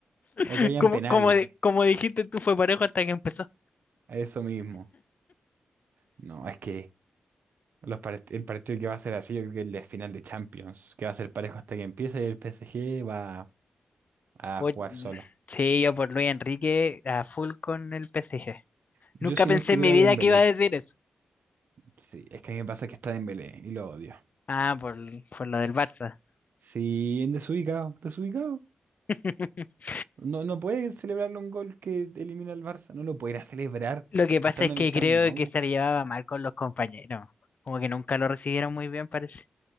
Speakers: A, on the left; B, on the right.
A: <laughs>
B: O que hayan
A: como,
B: penales,
A: como, di- como dijiste tú, fue parejo hasta que empezó.
B: eso mismo. No, es que los part- el partido que va a ser así, yo creo que el de final de Champions, que va a ser parejo hasta que empiece y el P S G va a
A: Oye,
B: jugar solo.
A: sí, yo por Luis Enrique a full con el P. S G.
B: Yo
A: Nunca
B: si
A: pensé
B: no estuviera
A: en mi vida
B: Dembélé,
A: que iba a decir eso.
B: sí, es que a mí me pasa que está Dembélé y lo odio.
A: Ah, por, por lo del Barça.
B: Sí, en desubicado, desubicado.
A: <laughs>
B: No, no puede celebrarle un gol que elimina al Barça. No lo puede ir a celebrar
A: Lo que pasa
B: estando
A: es que
B: en el Camp
A: creo
B: Nou.
A: que se le llevaba mal con los compañeros. Como que nunca lo recibieron muy bien, parece.